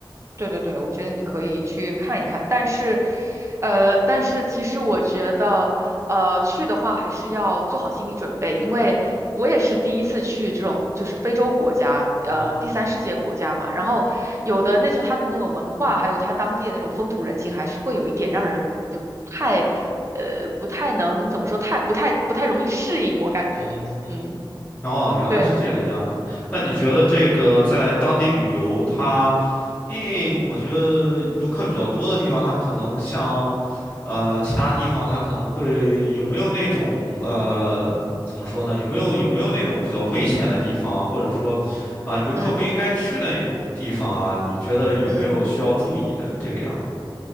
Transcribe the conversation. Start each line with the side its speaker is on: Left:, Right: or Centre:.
Right: 对对对，我觉得你可以去看一看，但是，呃，但是其实我觉得，呃，去的话还是要做好心理准备，因为我也是第一次去这种就是非洲国家，呃，
Left: 嗯哼，
Right: 第三世界国家嘛，然后有的那是他的那种文化，还有他当地的那种风土人情，还是会有一点让人不太，呃，不太能怎么说，太不太不太容易适应，我感觉，
Left: 嗯哼，嗯哼。
Right: 嗯，
Left: 哦，原来是这个样的。
Right: 对，嗯
Left: 那你觉得这个在当地旅游，
Right: 嗯
Left: 它，因为我觉得游客比较多的地方，它可能像，呃，其他地方它可能会有没有那种呃，怎么说呢？有没有有没有那种比较危险的地方，或者说，啊、游客不应该去的那种地方啊？
Right: 嗯
Left: 你觉得有没有需要注意的这个样的？
Right: 嗯。